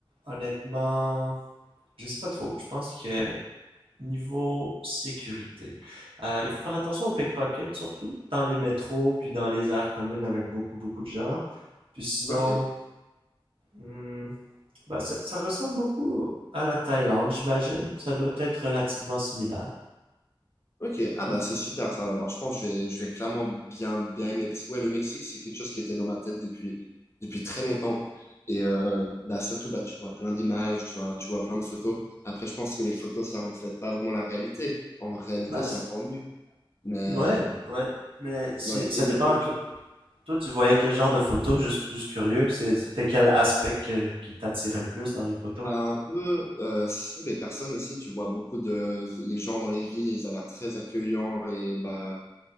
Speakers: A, on the right (about 85°); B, on the left (about 30°).
A: honnêtement, je sais pas trop. Je pense que Niveau sécurité, euh, il faut faire attention aux pickpockets, surtout dans les métros, puis dans les aires communes avec beaucoup, beaucoup de gens. Puis sinon,
B: Ok.
A: hmm, bah, ça, ça ressemble beaucoup à la Thaïlande, j'imagine. Ça doit être relativement similaire.
B: Ok, ah bah c'est super ça. Alors, je pense que je vais, je vais clairement bien, bien aimer. Parce que ouais, le Mexique, c'est quelque chose qui était dans ma tête depuis, depuis très longtemps. Et euh, bah, surtout, bah, tu vois plein d'images, tu vois, tu vois plein de photos. Après, je pense que les photos, ça ne reflète pas vraiment la réalité. En réalité,
A: Bah,
B: c'est encore mieux. Mais
A: ouais, ouais. Mais ça
B: ouais, et
A: dépend.
B: parce que
A: Toi,
B: tu
A: toi, tu voyais quel genre de photos juste, juste curieux. C'était quel aspect que- qui t'attirait le plus dans les photos?
B: as un peu, euh, sous les personnes aussi, tu vois beaucoup de les gens dans les villes, ils ont l'air très accueillants et bah,